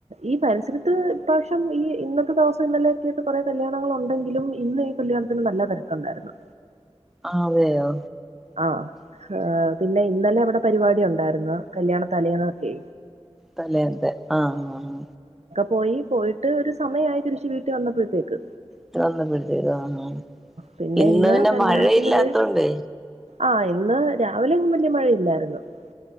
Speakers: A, on the right; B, in the centre.
A: ഈ പരിസരത്ത് ഈ പ്രാവശ്യം ഈ ഇന്നത്തെ ദിവസം ഇന്നലെയൊക്കെ ആയിട്ട് കൊറെ കല്യാണങ്ങൾ ഉണ്ടെങ്കിലും ഇന്ന് ഈ കല്യാണത്തിന് നല്ല തിരക്കുണ്ടായിരുന്നു.
B: ആ അതെയോ
A: ആ ഏഹ് പിന്നെ ഇന്നലെ ഇവിടെ പരിപാടിയു ണ്ടായിരുന്നു. കല്യാണ തലേന്നൊക്കെ
B: തലേന്നത്തെ ആഹ് ആഹ്
A: പോയി. പോയിട്ട് ഒരു സമയായി തിരിച്ച് വീട്ടി ട്ടിൽ വന്നപ്പത്തേക്ക്.
B: <unintelligible> വന്നപ്പത്തേക്ക് ആഹ് ആഹ്,
A: പിന്നെ
B: ഇന്ന് പിന്നെ
A: കല്യാണത്തിന്
B: മഴയില്ലാത്തോണ്ട്
A: പോയി
B: വെ
A: ആഹ് ഇന്ന് രാവിലെന്നും വലിയ മഴയില്ലാരുന്നു. <unintelligible>